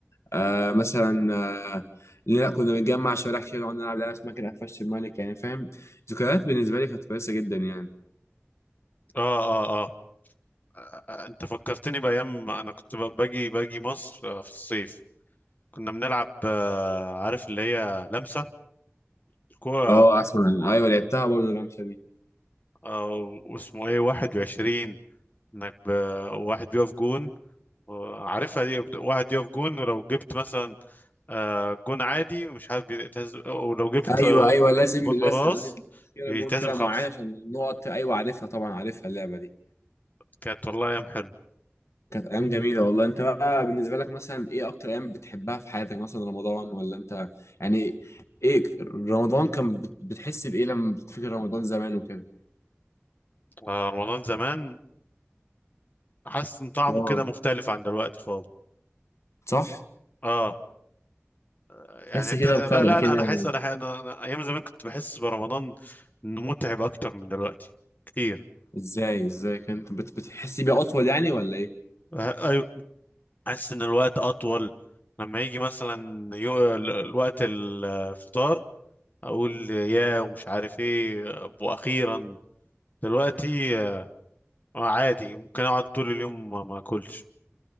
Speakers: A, on the left; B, on the left.
A: آه مثلا آه لا كنا بنجمع شوارع كتير ونقعد نلعب لعبه اسمها كده قفشت الملك يعني فاهم ذكريات بالنسبه لي كانت كويسه جدا يعني
B: اه اه اه آه، انت فكرتني بايام ما انا كنت ب- باجي باجي مصر آه، في الصيف كنا بنلعب آه، عارف اللي هي لمسه الكوره
A: اه اسمع ايوه لعبتها برضه الرمشه دي
B: آه، واسمه ايه 21 انك ب- واحد بيقف جون آه، عارفها دي بت- واحد يقف جون ولو جبت مثلا آه، جون عادي مش عارف بيتهز ولو جبت
A: ايوه
B: آه،
A: ايوه لازم
B: جون براس
A: لازم لازم كده
B: يتهزم
A: جون كده
B: خمسة
A: معين عشان النقط ايوه عارفها طبعا عارفها اللعبه دي
B: كانت والله ايام حلو
A: كانت ايام جميله والله انت بقى بالنسبه لك مثلا ايه اكتر ايام بتحبها في حياتك مثلا رمضان ولا انت يعني ايه رمضان كان بت- بتحس بايه لما بتفكر رمضان زمان وكده
B: آه رمضان زمان حاسس ان طعمه
A: اه
B: كده مختلف عن دلوقتي خالص
A: صح
B: اه يعني
A: تحس
B: انت
A: كده
B: لا
A: بفرق
B: لا انا
A: كده
B: انا حاسس
A: و-
B: انا, ح- أنا, أنا ايام زمان كنت بحس برمضان انه متعب اكتر من دلوقتي كتير
A: ازاي ازاي كنت بت- بتحس بيه اطول يعني ولا ايه
B: آه، ايوه حاسس ان الوقت اطول لما يجي مثلا يو... ال- الوقت الفطار اقول يا ومش عارف ايه واخيرا دلوقتي آه عادي ممكن اقعد طول اليوم ما ما اكلش